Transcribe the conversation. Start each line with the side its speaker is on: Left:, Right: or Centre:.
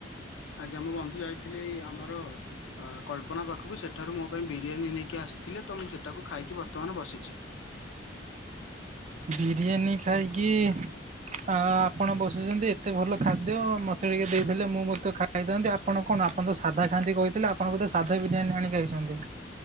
Left: ଆଜ୍ଞା ମୋ ବନ୍ଧୁ ଯାଇଥିଲେ ଏ ଆମର ଅ କଳ୍ପନା ପାଖକୁ ସେଠାରୁ ମୋ ପାଇଁ ବିରିୟାନୀ ନେଇକି ଆସି ଥିଲେ ତ ମୁଁ ସେଟାକୁ ଖାଇକି ବର୍ତ୍ତମାନ ବସିଛି।
Right: ବିରିୟାନୀ ଖାଇକି। ଆ ଆପଣ ବସୁଛନ୍ତି ଏତେ ଭଲ ଖାଦ୍ୟ ମତେ ଟିକେ ଦେଇଥିଲେ ମୁଁ ମଧ୍ୟ ଖା ଖାଇଥାନ୍ତି ଆପଣ କଣ ଆପଣ ତ ସାଧା ଖାଆନ୍ତି କହିଥିଲେ ଆପଣ ବୋଧେ ସାଧା ବିରିୟାନୀ ଆଣିକି ଖାଇଛନ୍ତି।